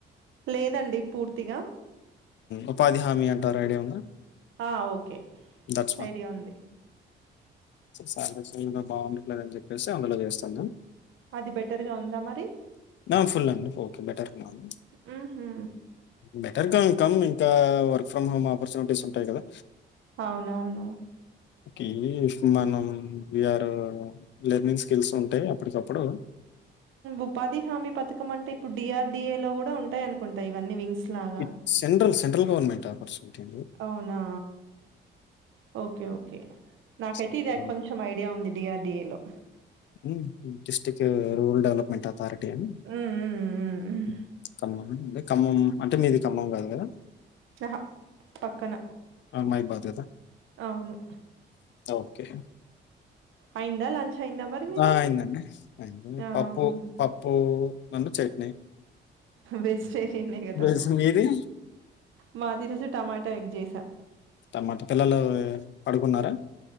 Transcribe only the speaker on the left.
ఉపాధి హామీ అంటారు ఐడియా ఉందా
దట్స్ వన్
సాలరీస్ అన్నీ బాగుండట్లేదని చెప్పేసి అందులో చేస్తాము
డ్యాం ఫుల్ అండి బెటర్ గా ఉంది
బెటర్ గానే ఉంది ఇంకా వర్ ఫ్రమ్ హోమ్ ఆపర్చునిటీస్ ఉంటాయి కదా
ఒకే మనం విఆర్ ఓ లెర్నింగ్ స్కిల్స్ ఉంటె అప్పటికప్పుడు
ఇ సెంట్రల్ సెంట్రల్ గవర్నమెంట్ ఆపర్చునిటీ
సెంట్రల్
హ్మ్మ్ డిస్టిక్ రూరల్ డెవలప్మెంట్ అథారిటీ అని
హ్మ్మ్ ఖమ్మం ఖమ్మం లో అంటే మీది ఖమ్మం కాదా
మైబాద్
ఒకే
ఆ అయింది అండి ఐంది
పప్పు పప్పు అండ్ చట్నీ
వెజ్ మీది
టమాటా పిల్లలు పడుకున్నారా